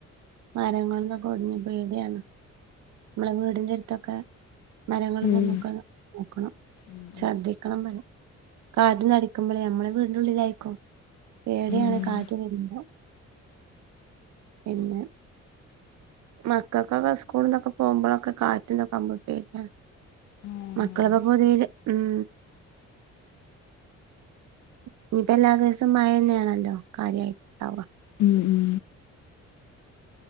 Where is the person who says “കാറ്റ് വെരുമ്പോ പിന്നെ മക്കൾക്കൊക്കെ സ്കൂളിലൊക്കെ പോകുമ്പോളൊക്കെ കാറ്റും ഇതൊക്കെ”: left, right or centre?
Right